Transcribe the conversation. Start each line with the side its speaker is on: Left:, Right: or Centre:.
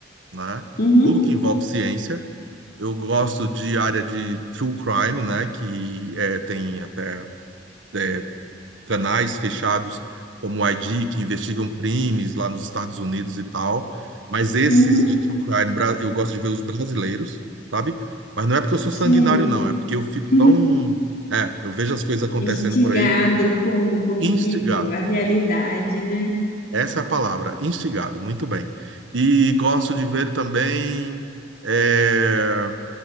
Right: né?
Left: Uhum,
Right: Tudo que envolve ciência. Eu gosto de área de true crime, né? Que é, tem até é, canais fechados como o ID, que investigam crimes lá nos Estados Unidos e tal. Mas esses
Left: uhum.
Right: de true crime, bra- eu gosto de ver os brasileiros, sabe? Mas não é porque eu sou sanguinário,
Left: Sei.
Right: não.
Left: <laughs>
Right: É porque eu fico tão. É, eu vejo as coisas acontecendo
Left: Instigado
Right: por aí,
Left: com, com
Right: instigado.
Left: que a realidade, né?
Right: Essa é a palavra, instigado. Muito bem. E gosto de ver também é,